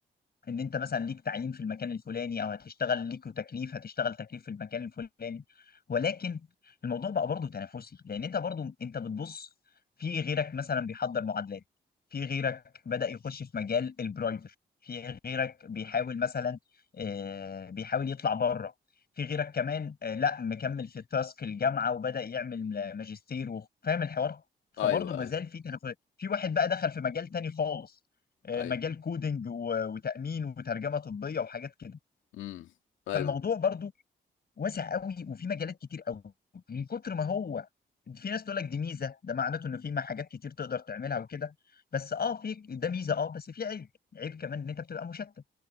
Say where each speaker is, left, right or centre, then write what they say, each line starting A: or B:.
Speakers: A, on the left (about 50°); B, on the left (about 80°).
A: ان انت مثلا ليك تعيين في المكان الفلاني او هتشتغل ليك تكليف هتشتغل تكليف في المكان الفلاني ولكن الموضوع بقى برضه تنافسي لان انت برضه انت بتبص في غيرك مثلا بيحضر معادلات في غيرك بدأ يخش في مجال البرايفت في غيرك بيحاول مثلا آه، بيحاول يطلع بره في غيرك كمان آه، لا مكمل في تاسك الجامعة وبدأ يعمل ماجستير وفاهم الحوار فبرضه
B: ايوه
A: مازال
B: ايوه
A: في تنافس في واحد بقى دخل في مجال تاني خالص آه،
B: ايوه
A: مجال كودينج و- وتأمين وترجمة طبية وحاجات كده
B: امم ايوه
A: فالموضوع برضو واسع قوي وفي مجالات كتير قوي من كتر ما هو في ناس تقول لك دي ميزة ده معناته انه في حاجات كتير تقدر تعملها وكده بس اه في ده ميزة اه بس في عيب عيب كمان ان انت بتبقى مشتت